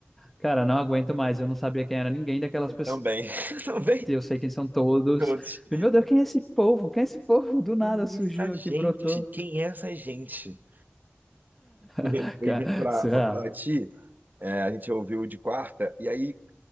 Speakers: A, in the centre; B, on the right.
A: Cara, não aguento mais, eu não sabia quem era ninguém daquelas pessoas.
B: Também. <laughs> Também
A: eu sei quem são todos.
B: todos.
A: E, Meu Deus, quem é esse povo? Quem é esse povo? <laughs> Do nada
B: Quem
A: surgiu
B: é essa
A: aqui,
B: gente?
A: brotou.
B: Quem é essa gente? E
A: <laughs>
B: veio veio
A: Cara,
B: vindo pra,
A: surreal.
B: pra Paraty, eh, a gente ouviu de quarta, e aí